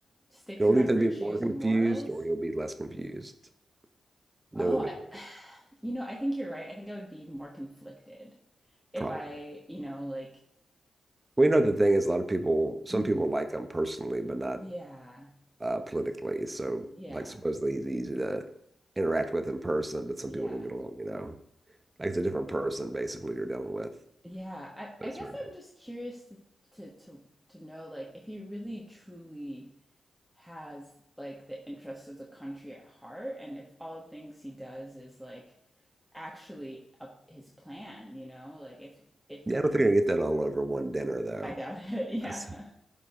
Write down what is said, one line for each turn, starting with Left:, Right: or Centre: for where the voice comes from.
Centre: stick
Right: You'll
Centre: to my
Right: either
Centre: virtues
Right: be more confused
Centre: and morals.
Right: or you'll be less confused. No
Centre: Oh,
Right: in
Centre: I,
Right: between.
Centre: <sighs> you know, I think you're right. I think I would be more conflicted if
Right: Probably.
Centre: I, you know, like
Right: We know the thing is a lot of people, some
Centre: Mm,
Right: people like him personally, but not
Centre: yeah,
Right: uh, politically. So,
Centre: yeah,
Right: like, supposedly he's easy to interact with in person, but some
Centre: yeah,
Right: people don't get along, you know. Like, it's a different person, basically, you're dealing with.
Centre: yeah. I,
Right: So it's
Centre: I guess
Right: hard
Centre: I'm
Right: to,
Centre: just curious to, to to to know like if he really truly has like the interest of the country at heart, and if all the things he does is like actually up his plan, you know, like if if
Right: yeah, I don't think you're gonna get that all over one dinner, though.
Centre: I doubt it, <laughs> yeah,
Right: That's,